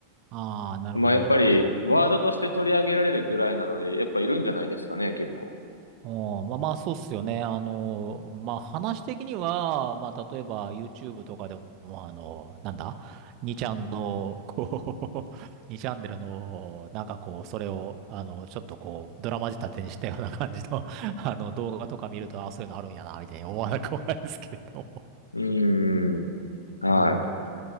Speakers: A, on the right; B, on the left.
A: ああ、なるほど、
B: まあ、やっぱり、
A: なるほど。
B: ワードとして取り上げられるぐらいなので、やっぱいるんじゃないですかね、結構。
A: おまあまあ、そうっすよね。あの、まあ話的には、まあ例えば YouTube とかでも、まああの、なんだにちゃんの、<laughs> こう、<laughs> にチャンネルの、なんかこう、それを、あの、ちょっとこう、ドラマ仕立てにしたような感じの、<laughs> あの、動画とか見ると、あ、そういうのあるんやな、みたいに思わなくもないですけれども。
B: うーん。はい。
A: うん。